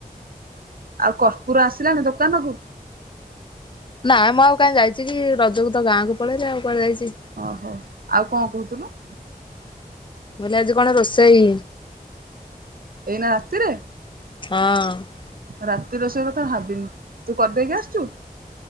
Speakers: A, on the right (about 70°); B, on the left (about 30°).
A: ଆଉ କର୍ପୁର ଆସିଲାଣି ଦୋକାନ କୁ?
B: ନାଇଁ ମୁଁ ଆଉ କାଇଁ ଯାଇଚି କି ରଜକୁ ତ ଗାଁକୁ ପଳେଇଲି ଆଉ କୁଆଡେ ଯାଇଚି?
A: ଓହୋ ଆଉ କଁ କୋହୁଥିଲୁ।
B: ମୁଁ କଲି ଆଜି କଣ ରୋଷେଇ?
A: ଏଇନା ରାତିରେ?
B: ହଁ।
A: ରାତି ରୋଷେଇ କଥା ଭାବିନି, ତୁ କରିଦେଇକି ଆସିଚୁ।